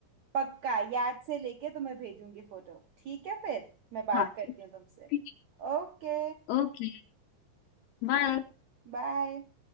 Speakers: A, on the right; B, on the left.
A: पक्का याद से लेके तुम्हें भेजूंगी फोटो ठीक है फिर मैं बात
B: हाँ
A: करती
B: ठीक है
A: हूँ तुमसे
B: ठीक
A: Okay
B: है Okay bye
A: bye